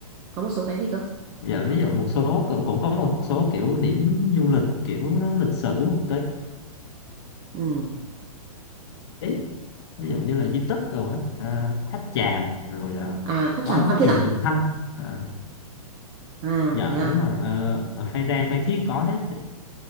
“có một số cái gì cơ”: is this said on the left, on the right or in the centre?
Right